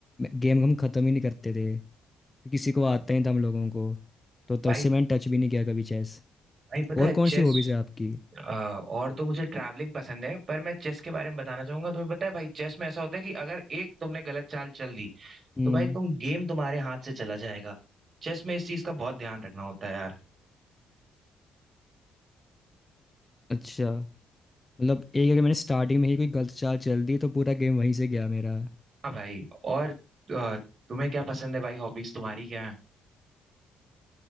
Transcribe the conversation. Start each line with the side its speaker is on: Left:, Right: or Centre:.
Left: गेम हम ख़त्म ही नहीं करते थे किसी को आता
Right: हाँ,
Left: ही था हम लोगों को तो तब
Right: भाई
Left: से मैंने टच भी नहीं किया कभी चेस
Right: भाई पता
Left: और
Right: है
Left: कौन
Right: चेस
Left: सी हॉबीज है आपकी
Right: आ, और तो मुझे ट्रैवलिंग पसंद है पर मैं चेस के बारे में बताना चाहूंगा तुम्हें पता है भाई चेस में ऐसा होता है कि अगर एक तुमने गलत चाल चल दी
Left: हम्म
Right: तो भाई तुम गेम तुम्हारे हाथ से चला जाएगा चेस में इस चीज का बहुत ध्यान रखना होता है यार
Left: अच्छा मतलब एक अगर मैंने स्टार्टिंग में ही कोई गलत चाल चल दी तो पूरा गेम वहीं से गया मेरा
Right: हाँ भाई और अ, तुम्हें क्या पसंद है भाई हॉबीज तुम्हारी क्या है